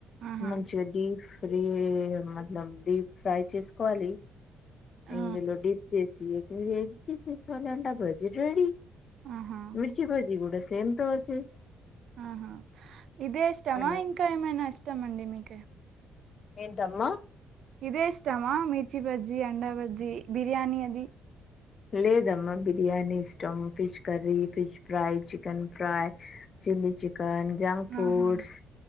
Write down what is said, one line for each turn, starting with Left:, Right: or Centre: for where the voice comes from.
Right: ఆహా
Left: మంచిగా డీఫ్ రీ మనం డీప్ ఫ్రై చేసుకోవాలి
Right: ఆ,
Left: ఇందులో డిప్ చేసి ఇచ్చేసిం <unintelligible> డా బజ్జి రెడీ
Right: ఆహా
Left: మిర్చి బజ్జి గూడ సేమ్ ప్రాసెస్
Right: ఆహా ఇదే ఇష్టమా
Left: అలా
Right: ఇంకా ఏమైనా ఇష్టం అండి మీకి
Left: ఏంటమ్మా
Right: ఇదే ఇష్టమా మిర్చి బజ్జీ, అండా బజ్జీ, బిర్యానీ అది
Left: లేదమ్మ బిర్యానీ ఇష్టం fish curry, fish fry, chicken fry chilli chicken junk ఫుడ్స్
Right: ఆహా